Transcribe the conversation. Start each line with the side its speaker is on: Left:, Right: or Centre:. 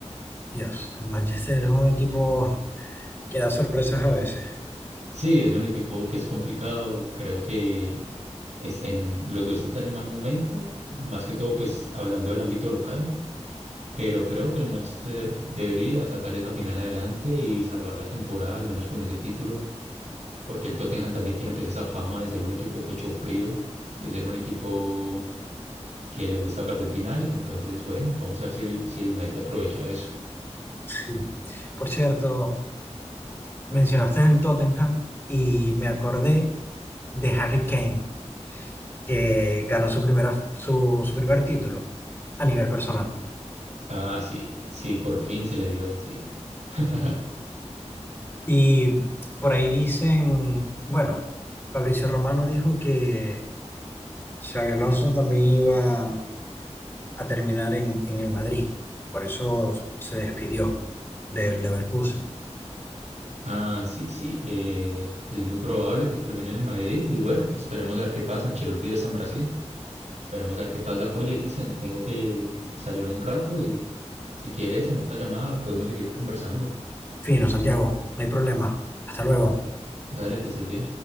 Left: Dios, el Manchester es un equipo que da sorpresas a veces.
Right: Sí, es un equipo que es complicado. Creo que es en, los dos están en mal momento, más que todo, pues hablando del ámbito local. Pero creo que el Manchester debería sacar esa final adelante y salvar la temporada, al menos con ese título, porque el Tottenham también tiene pues esa fama de ser un equipo pecho frío, de ser un equipo que le gusta perder finales. Entonces, bueno, vamos a ver si el, si el United aprovecha eso.
Left: Sí. Por cierto, mencionaste el Tottenham y me acordé de Harry Kane. que ganó su, primera, su, su primer título a nivel personal.
Right: Ah, sí, sí, por fin se le dio, sí. <laughs>
Left: Y por ahí dicen, bueno, Fabricio Romano dijo que Xabi Alonso también iba a terminar en, en el Madrid, por eso se despidió del Leverkusen.
Right: Ah, sí, sí, eh, es muy probable que termine en el Madrid y bueno, esperemos a ver qué pasa. Ancelotti ya está en Brasil, esperemos a ver qué pasa. Oye, Cristian, tengo que salir un rato y si quieres en otra llamada podemos seguir conversando.
Left: Fino, Santiago, no hay problema. Hasta luego.
Right: Dale, que estés bien.